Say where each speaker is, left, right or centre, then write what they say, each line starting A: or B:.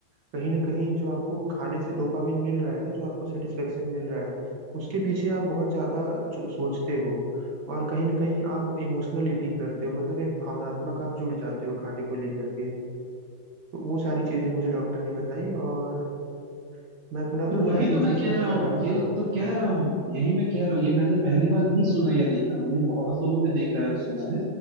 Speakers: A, on the right (about 80°); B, on the right (about 50°).
A: कहीं ना कहीं जो आपको खाने से डोपामिन मिल रहा है ना जो आपको सेटिस्फेक्शन मिल रहा है उसके पीछे आप बहुत ज्यादा जो- सोचते हो और कहीं ना कहीं आप इमोशनल ईटिंग करते हो मतलब एक भावनात्मक आप जुड़ जाते हो खाने को लेकर के तो वो सारी चीजें मुझे डॉक्टर ने बताई और मैं थोड़ा ना
B: तो वही
A: फैटी
B: तो
A: चीजें
B: मैं कह
A: भी
B: रहा
A: ज्यादा
B: हूँ
A: खा
B: ये
A: रहा हूँ
B: तो कह रहा हूँ यही मैं कह रहा हूँ ये मैंने पहली बार नहीं सुना या देखा मैंने बहुत लोगों में देखा है सुना है